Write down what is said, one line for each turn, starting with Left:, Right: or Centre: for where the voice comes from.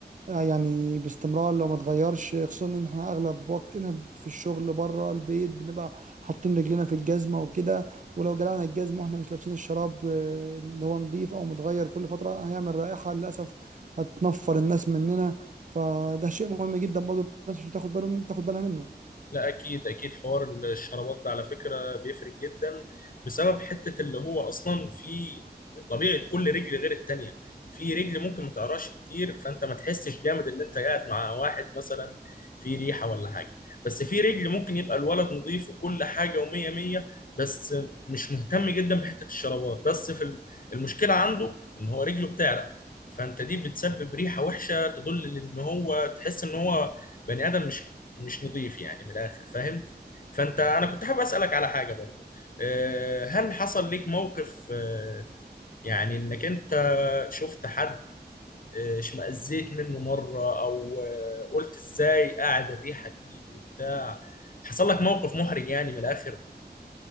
Right: آه، يعني باستمرار لو ما اتغيرش خصوصا ان احنا اغلب وقتنا في الشغل بره البيت بنبقى حاطين رجلنا في الجزمه وكده ولو جلعنا الجزمه واحنا مش لابسين الشراب آه، اللي هو نظيف او متغير كل فتره هيعمل رائحه للاسف هتنفر الناس مننا فده شيء مهم جدا برضو الناس مش بتاخد بالهم بتاخد بالها منه
Left: لا اكيد اكيد حوار الشرابات ده على فكره بيفرق جدا بسبب حته اللي هو اصلا في طبيعه كل رجل غير التانيه في رجل ممكن ما تقراش كتير فانت ما تحسش جامد ان انت قاعد مع واحد مثلا في ريحه ولا حاجه بس في رجل ممكن يبقى الولد نظيف وكل حاجه ومية مية بس مش مهتم جدا بحته الشرابات بس في ال- المشكله عنده ان هو رجله بتعرق فانت دي بتسبب ريحه وحشه تدل ان هو تحس ان هو بني ادم مش مش نظيف يعني من الاخر فاهم فانت انا كنت حابب اسالك على حاجه برضو آه، هل حصل ليك موقف آه، يعني انك انت شفت حد آه، اشمئزيت منه مره او آه، قلت ازاي قاعد الريحه دي وبتاع حصل لك موقف محرج يعني من الاخر